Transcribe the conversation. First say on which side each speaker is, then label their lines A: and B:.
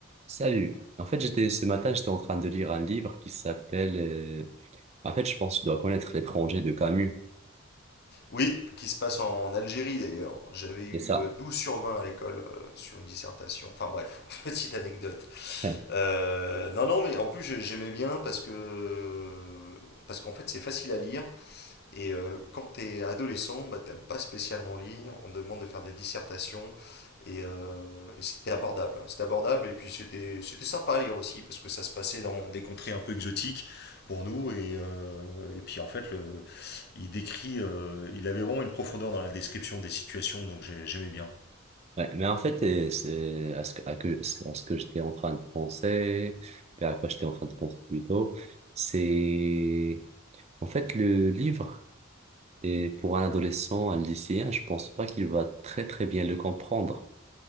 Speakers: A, on the right; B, on the left.
A: Salut. En fait, j'étais ce matin, j'étais en train de lire un livre qui s'appelle. euh, En fait, je pense que tu dois connaître L'étranger de Camus.
B: Oui, qui se passe en Algérie d'ailleurs. J'avais eu
A: C'est ça.
B: euh, 12 sur 20 à l'école euh, sur une dissertation. Enfin bref, <laughs> petite anecdote.
A: <laughs> Ouais.
B: Euh, non, non, mais en plus j'ai- j'aimais bien parce que parce qu'en fait c'est facile à lire. Et euh, quand tu es adolescent, bah, t'aimes pas spécialement lire, on te demande de faire des dissertations, et, euh, et c'était abordable. hein. C'était abordable, et puis c'était c'était sympa à lire aussi, parce que ça se passait dans des contrées un peu exotiques pour nous, et, euh, et puis en fait, le, il décrit, euh, il avait vraiment une profondeur dans la description des situations, donc j'ai- j'aimais bien.
A: Ouais. Mais en fait, euh, c'est à ce que, à que- à ce que j'étais en train de penser, puis à quoi j'étais en train de penser plutôt, c'est en fait le livre est pour un adolescent, un lycéen, je pense pas qu'il va très très bien le comprendre.